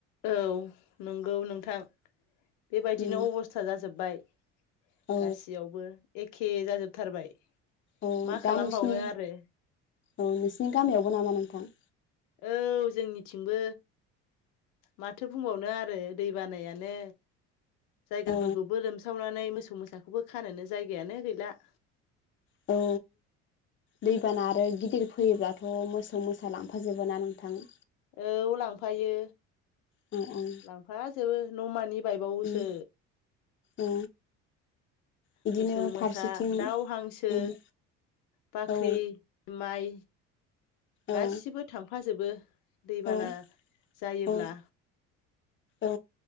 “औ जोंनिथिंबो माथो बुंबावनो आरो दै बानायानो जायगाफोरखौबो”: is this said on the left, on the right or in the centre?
Left